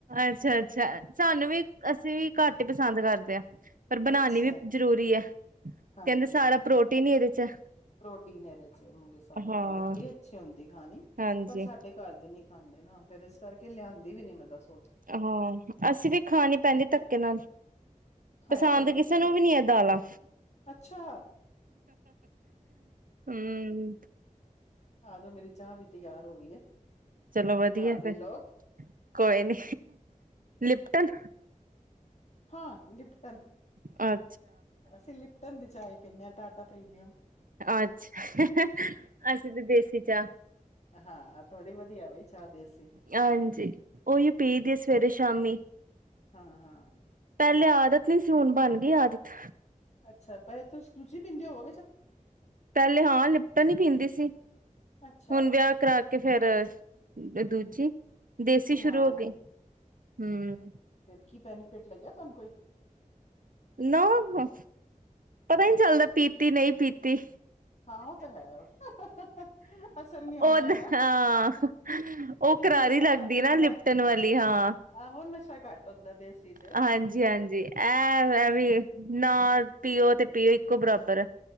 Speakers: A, on the right; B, on the left.
A: ਅੱਛਾ ਅੱਛਾ ਸਾਨੂੰ ਵੀ ਅਸੀਂ ਵੀ ਘੱਟ ਹੀ ਪਸੰਦ ਕਰਦੇ ਹ ਪਰ ਬਣਾਉਣੀ
B: ਅੱਛਾ
A: ਵੀ ਜਰੂਰੀ ਐ। ਕਹਿੰਦੇ
B: ਹਾਂਜੀ-ਹਾਂਜੀ
A: ਸਾਰਾ ਪ੍ਰੋਟੀਨ ਈ ਇਹਦੇ ਚ ਆ।
B: ਪ੍ਰੋਟੀਨ ਇਹਦੇ ਚ ਮੂੰਗੇ ਸਾਵਰ
A: ਹਾਂ
B: ਦਾਲ ਬੜੀ ਅੱਛੀ ਹੁੰਦੀ ਖਾਣੀ
A: ਹਾਂਜੀ
B: ਪਰ ਸਾਡੇ ਘਰ ਦੇ ਨੀ ਖਾਂਦੇ ਹਾਂ ਫੇਰ ਇਸ ਕਰਕੇ ਲਿਆਂਦੀ ਵੀ ਨੀ ਮੈਂ ਦੱਸ
A: ਹਾਂ ਅਸੀਂ ਵੀ ਖਾਣੀ ਪੈਂਦੀ ਧੱਕੇ ਨਾਲ,
B: ਖਾਇਆ
A: ਪਸੰਦ
B: ਕਰੋ ਅੱਛੀ
A: ਕਿਸੇ ਨੂੰ
B: ਹੁੰਦੀ
A: ਵੀ ਨੀ ਹੈ
B: ਏ
A: ਦਾਲਾਂ
B: ਅੱਛਾ।
A: ਹੂੰ।
B: ਆਜੋ ਮੇਰੀ ਚਾਹ ਵੀ ਤਿਆਰ ਹੋ ਗਈ ਹੈ
A: ਚਲੋ ਵਧੀਆ
B: ਚਾਹ ਪੀ
A: ਫਿਰ
B: ਲਓ।
A: ਕੋਈ ਨੀ, ਲਿਪਟਨ
B: ਹਾਂ ਲਿਪਟਨ
A: ਅ
B: ਅਸੀ ਲਿਪਟਨ ਦੀ ਚਾਹ ਹੀ ਪੀਨੇ ਆ ਟਾਟਾ ਪ੍ਰੀਮੀਅਮ
A: ਅੱਛਾ ਅਸੀਂ ਤਾਂ ਦੇਸੀ ਚਾਹ,
B: ਹਾਂ ਥੋੜੀ ਵਧੀਆ ਬਈ ਚਾਹ ਦੇਸੀ
A: ਹਾਂਜੀ ਓਹੀ ਪੀ
B: ਹੂੰ
A: ਦੀ ਆ ਸਵੇਰੇ ਸ਼ਾਮੀ
B: ਹਾਂ ਹਾਂ।
A: ਤ ਪਹਿਲੇ ਆਦਤ ਨੀ ਸੀ ਹੁਣ ਬਣ ਗਈ ਆਦਤ
B: ਅੱਛਾ ਤਾਇਓ ਤੂ ਤੁਸ ਤੁਸੀ ਪੀਂਦੇ ਹੋ
A: ਪਹਿਲੇ ਹਾਂ ਲਿਪਟਣ ਹੀ ਪੀਂਦੀ ਸੀ।
B: ਅੱਛਾ
A: ਹੁਣ ਵਿਆਹ ਕਰਾ ਕੇ ਫੇਰ ਏ ਦੂਜੀ ਦੇਸੀ ਸ਼ੁਰੂ
B: ਹਾਂ
A: ਹੋ ਗਈ, ਹੂੰ
B: ਫਿਰ ਕੀ ਬੈਨੀਫਿਟ ਲੱਗਿਆ ਤੁਹਾਨੂੰ ਕੋਈ?
A: ਨਾ ਪਤਾ ਹੀ ਨਹੀਂ ਚੱਲਦਾ ਪੀਤੀ ਨਹੀਂ ਪੀਤੀ।
B: ਹਾਂ ਉਹ ਤਾਂ ਹੈ ਅਸਰ ਨਹੀਂ ਹੁੰਦਾ
A: ਓਦ
B: ਹੈ ਨਾ
A: ਹਾਂ ਉਹ ਕਰਾਰੀ
B: ਨਸ਼ਾ
A: ਲੱਗਦੀ
B: ਘੱਟ ਹੁੰਦਾ
A: ਨਾ ਲਿਪਟਣ
B: ਹੈ।
A: ਵਾਲੀ, ਹਾਂ
B: ਆਹੋ ਨਸ਼ਾ ਘੱਟ ਹੁੰਦਾ ਦੇਸੀ ਚ
A: ਹਾਂਜੀ-ਹਾਂਜੀ ਐ ਐਵੀ ਨ ਪੀਓ ਅਤੇ ਪੀਓ ਇੱਕੋ ਬਰਾਬਰ ਐ।